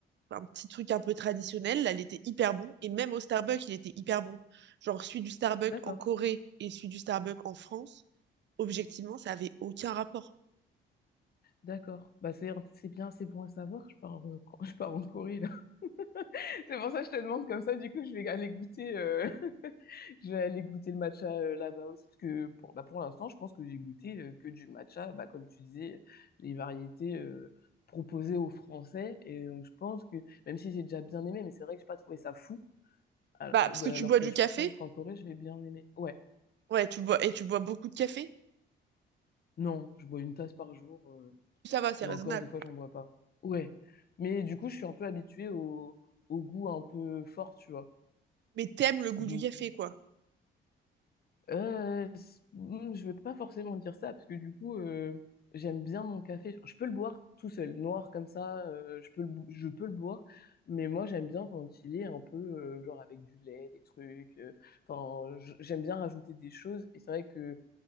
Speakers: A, on the right; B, on the left.
A: un petit truc un peu traditionnel. Là, il était hyper bon. Et même au Starbucks, il était hyper bon. Genre, celui du Starbucks
B: D'accord.
A: en Corée et celui du Starbucks en France, objectivement, ça avait aucun rapport.
B: D'accord. Bah, c'est, c'est bien, c'est bon à savoir. Je pars, euh, quand- <laughs> je pars en Corée, là. <laughs> C'est pour ça que je te demande comme ça. Du coup, je vais aller goûter, euh, <laughs> je vais aller goûter le matcha euh, là-bas aussi. Parce que pour, bah, pour l'instant, je pense que j'ai goûté euh, que du matcha. Bah, comme tu disais, les variétés euh, proposées aux Français. Et donc, je pense que, même si j'ai déjà bien aimé, mais c'est vrai que j'ai pas trouvé ça fou. Alors,
A: Bah, parce que
B: alors
A: tu bois
B: que
A: du
B: je
A: café,
B: pense qu'en Corée, je vais bien aimer. Ouais.
A: ouais, tu bois, et tu bois beaucoup de café,
B: Non, je bois une tasse par jour. euh,
A: ça va, c'est
B: Et
A: raisonnable.
B: encore, des fois, j'en bois pas. Ouais. Mais du coup, je suis un peu habituée au, au goût un peu fort, tu vois.
A: Mais t'aimes le goût
B: Donc,
A: du café, quoi.
B: euh, c- mm, je vais pas forcément dire ça, parce que du coup, euh, j'aime bien mon café. Je peux le boire tout seul, noir comme ça, euh, je peux le, bo- je peux le boire. Mais moi, j'aime bien quand il est un peu, euh, genre, avec du lait, des trucs. euh, Enfin, j- j'aime bien rajouter des choses. Et c'est vrai que